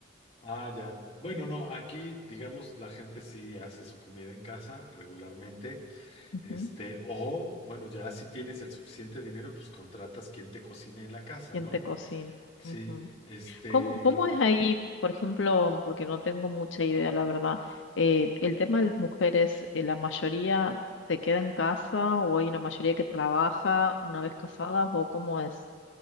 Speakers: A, on the left; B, on the left.
A: Ah, ya. Bueno, no, aquí, digamos, la gente sí hace su comida en casa regularmente.
B: Ujú.
A: Este, o bueno, ya si tienes el suficiente dinero, pues contratas quien te cocine en la casa,
B: ¿Quién
A: ¿no?
B: te cocina?
A: Sí,
B: Ujú.
A: este,
B: ¿Cómo, cómo es ahí, por ejemplo, porque no tengo mucha idea, la verdad, eh, el tema de las mujeres, eh, la mayoría se queda en casa o hay una mayoría que trabaja una vez casadas o cómo es?